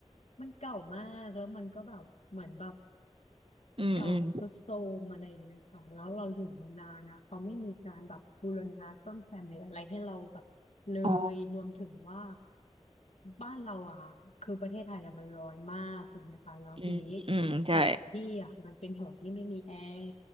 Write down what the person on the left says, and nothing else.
มันเก่ามากแล้วมันก็แบบเหมือนแบบ
เก่าทรุดโทรมอะไรอย่างเงี้ยค่ะแล้วเราอยู่มานานนะเขาไม่มีการแบบบูรณะซ่อมแซมหรืออะไรให้เราแบบเลยรวมถึงว่า
บ้านเราอะค่ะคือประเทศไทยอะมันร้อนมากถูกไหมคะแล้วทีนี้
หอพี่อ่ะมันเป็นหอที่ไม่มีแอร์